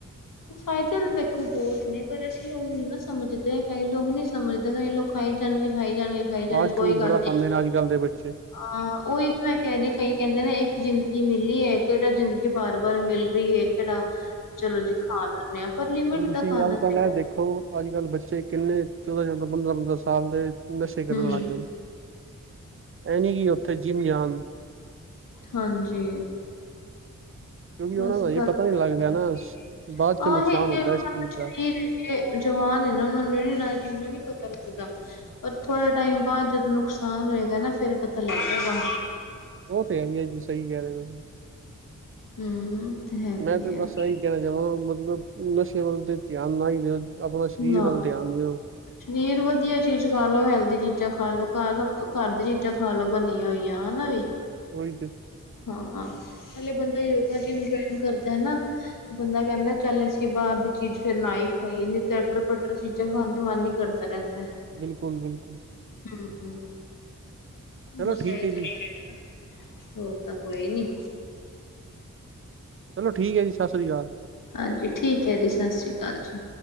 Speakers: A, on the left; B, on the right.
A: ਫਾਇਦੇ ਤਾਂ ਦੇਖੋ ਬਹੁਤ ਨੇ, ਪਰ ਅਸੀਂ ਲੋਕ ਨੀ ਨਾ ਸਮਝਦੇ ਕਈ ਲੋਕ ਨੀ ਸਮਝਦੇ ਕਈ ਲੋਕ ਖਾਈ ਜਾਣਗੇ, ਖਾਈ ਜਾਣਗੇ। ਖਾਈ ਜਾਣਗੇ
B: ਫਾਸਟ
A: ਕੋਈ
B: ਫੂਡ
A: ਗੱਲ
B: ਬੜਾ ਖਾਂਦੇ
A: ਨੀ
B: ਅੱਜ ਕੱਲ ਦੇ ਬੱਚੇ
A: ਹਾਂ ਉਹੀ ਤੇ ਮੈਂ ਕਹਿੰਦੀ ਪਈ, ਕਹਿੰਦੇ ਨੇ ਇੱਕ ਜ਼ਿੰਦਗੀ ਮਿਲੀ ਐ ਕਿ ਇਹੜਾ ਜ਼ਿੰਦਗੀ ਬਾਰ ਬਾਰ ਮਿਲ ਰੀ ਐ।। ਕਿਹੜਾ ਤੇ ਚਲੋ ਜੀ ਖਾ ਲੈਂਨੇ ਆ ਪਰ ਲਿਮਿਟ
B: ਹੁਣ ਤੁਸੀਂ
A: ਦਾ ਖਾਣਾ
B: ਅੱਜ ਕੱਲ੍ਹ
A: ਸੀਗਾ।
B: ਇਹ ਦੇਖੋ ਅੱਜ-ਕੱਲ੍ਹ ਬੱਚੇ ਕਿੰਨੇ <unintelligible> ਸਾਲ ਦੇ ਨਸ਼ੇ ਕਰਨ
A: ਹਮ
B: ਲੱਗ ਗਏ, ਇਹ ਨੀ ਕਿ ਉੱਥੇ ਜਿਮ ਜਾਨ
A: ਹਾਂਜੀ।
B: ਕਿਉਂਕਿ
A: ਬਸ
B: ਉਹਨਾਂ ਦਾ ਇਹ ਪਤਾ ਨੀ ਲੱਗ
A: <unintelligible>
B: ਰਿਹਾ ਨਾ ਬਾਅਦ ਚ ਨੁਕਸਾਨ ਹੁੰਦਾ ਇਸ ਚੀਜ਼ ਦਾ
A: ਜਵਾਨ ਇਹ ਨੂੰ ਇਹਨਾ ਨੀ ਪਤਾ ਲੱਗਦਾ। ਪਰ ਥੋੜਾ ਟਾਈਮ ਬਾਦ ਜਦੋਂ ਨੁਕਸਾਨ ਹੋਏਗਾ ਨਾ, ਫੇਰ ਪਤਾ ਲੱਗ ਜਾਏਗਾ।
B: ਉਹ ਤੇ ਹੈਗੀ ਐ ਜੀ ਸਈ ਕਹਿ ਰਹੇ ਹੋ ਤੁਸੀਂ
A: ਹੂੰ, ਤੇ ਹੈਗੀ
B: ਮੈਂ ਤੇ ਬਸ
A: ਆ
B: ਐਈ ਕੈਣਾ ਚਾਹਵਾਂ ਮਤਲਬ ਨਸ਼ੇ ਵੱਲ ਤੇ ਧਿਆਨ ਨਾ ਈ ਦਿਓ ਆਪਣਾ ਸਰੀਰ
A: ਨਾ
B: ਵੱਲ ਧਿਆਨ ਦਿਓ।
A: ਸਰੀਰ ਵਧੀਆ ਚੀਜ਼ ਖਾ ਲੋ ਹੈਲਦੀ ਚੀਜ਼ਾਂ ਖਾ ਲੋ ਘਰ ਸਭ ਤੋਂ ਘਰ ਦੀ ਚੀਜ਼ਾਂ ਖਾ ਲੋ ਬਨੀਆਂ ਹੋਈਆਂ ਹਨਾ ਵੀ।
B: ਓਈ ਤੇ।
A: ਹਾਂ, ਪੈਲੇ ਬੰਦਾ ਯੋਗਾ ਜਿਮ ਜੁਇਨ ਕਰਦਾ ਏ ਨਾ ਤੇ ਬੰਦਾ ਕੈਂਦਾ ਚੱਲ ਅਸੀਂ ਤੇ ਬਾਰ ਦੀ ਚੀਜ਼ ਫੇਰ ਨਾ ਈ ਖਾਈਏ ਨਈ ਤੇ ਅਟਰ ਪਟਰ ਚੀਜ਼ਾਂ ਖਾਣ ਦਾ ਮਨ ਈ ਕਰਦਾ ਰੈਂਦਾ।
B: ਬਿਲਕੁਲ, ਬਿਲਕੁਲ।
A: ਹੁੰ ਹੂ
B: ਚਲੋ
A: ਬਸ
B: ਠੀਕ
A: ਐ ਈ
B: ਹੈ
A: ਚੱਕਰ
B: ਜੀ
A: ਹੋਰ ਤਾ ਕੋਈ ਨੀ।
B: ਚਲੋ ਠੀਕ ਐ ਜੀ ਸਾਸਰੀਕਾਲ।
A: ਹਾਂਜੀ ਠੀਕ ਐ ਜੀ ਸਾਸਰੀਕਾਲ ਜੀ।